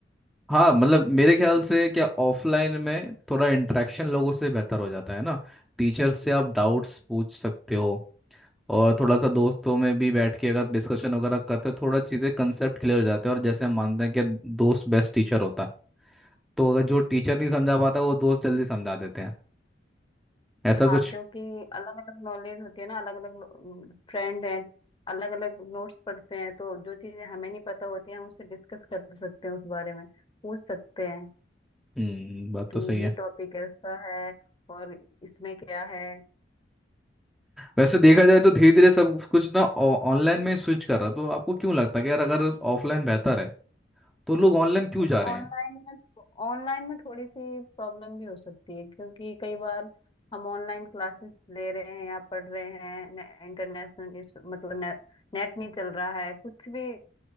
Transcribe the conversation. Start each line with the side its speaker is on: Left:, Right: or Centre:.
Centre: हाँ मतलब मेरे ख्याल से क्या ऑफलाइन में थोड़ा इंटरेक्शन लोगों से बेहतर हो जाता है ना टीचर से आप डाउट्स पूछ सकते हो और थोड़ा सा दोस्तों में भी बैठ के अगर डिस्कशन वगैरह करते हो थोड़ा चीज़ें कंसेप्ट क्लियर हो जाते हैं और जैसे हम मानते हैं कि दोस्त बेस्ट टीचर होता है तो अगर जो टीचर नहीं समझा पाता वो दोस्त जल्दी समझा देते हैं ऐसा
Left: हाँ
Centre: कुछ
Left: क्योंकि अलग अलग नॉलेज होती है ना अलग अलग फ्रेंड हैं अलग अलग नोट्स पढ़ते हैं तो जो चीजें हमें नहीं पता होती हैं हम उससे डिस्कस कर सकते हैं उस बारे में पूछ सकते हैं
Centre: हम्म बात तो
Left: कि
Centre: सही है
Left: ये टॉपिक ऐसा है और इसमें क्या है
Centre: वैसे देखा जाए तो धीरे धीरे सब कुछ ना ऑनलाइन में स्विच कर रहा तो आपको क्यों लगता है कि यार अगर ऑफलाइन बेहतर है तो लोग ऑनलाइन क्यों
Left: बट
Centre: जा रहे
Left: ऑनलाइन
Centre: हैं
Left: में ऑनलाइन में थोड़ी सी प्रॉब्लम भी हो सकती है क्योंकि कई बार हम ऑनलाइन क्लासेस ले रहे हैं या पढ़ रहे हैं इंटरनेशनल मतलब ने, नेट नहीं चल रहा है कुछ भी